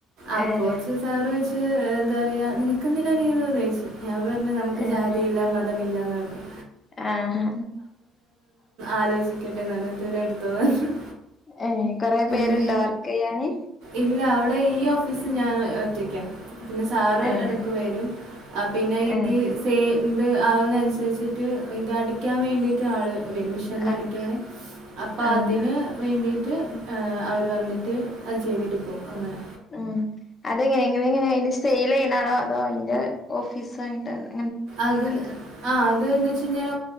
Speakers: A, on the right; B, on the left.
A: ആപ്പോ
B: ഏഹ്
A: സാറ് ചോദിച്ച് എന്താ പറയുക നിനക്കെന്തിനാണ് ലീവെന്ന് ചോദിച്ചു ഞാൻ പറഞ്ഞ് നമുക്ക്
B: ഏഹ്
A: ജാതിയില്ല മതം ഇല്ലാന്ന് പറഞ്ഞ്
B: ആഹ്
A: ആലോചിക്കട്ടെ പറഞ്ഞ് എന്നിട്ട് പിന്നെ എടുത്തോന്ന് പറഞ്ഞു.
B: ഏഹ് കൊറെ പേരുണ്ടോ
A: ഉം.
B: വർക്ക് ചെയ്യാന്
A: ഇല്ല അവിടെ ഈ ഓഫീസിൽ ഞാൻ ഒറ്റയ്ക്ക പിന്നെ സാറ്
B: ഏഹ്
A: ഇടക്ക് വരും പിന്നെ ഈ
B: ഏഹ്
A: പെയിൻ്റ് ആവുന്നനുസരിച്ചിട്ട് ഇതടിക്കാൻ വേണ്ടിയിട്ട് ആൾ വരും <unintelligible> <unintelligible>
B: ആഹ്
A: അടിക്കാൻ അപ്പം
B: ആഹ്
A: അതിന് വേണ്ടിയിട്ട് ആഹ് അവർ വന്നിട്ട് അത് ചെയ്തിട്ട് പോവും അങ്ങനെ
B: ഉം അതെങ്ങനെ എങ്ങനങ്ങനെ അതിന്റെ സെയിൽ ചെയ്യണാണോ അതോ അതിന്റെ ഓഫീസാ <unintelligible>
A: അത് ആ അത്ന്ന് വെച്ച കഴിഞ്ഞാൽ